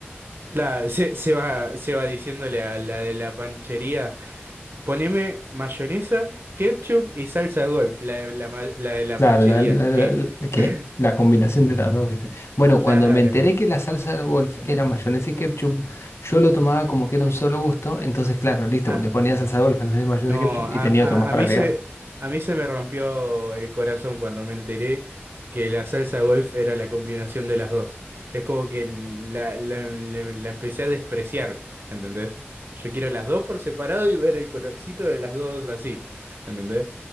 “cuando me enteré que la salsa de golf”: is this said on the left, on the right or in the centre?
Left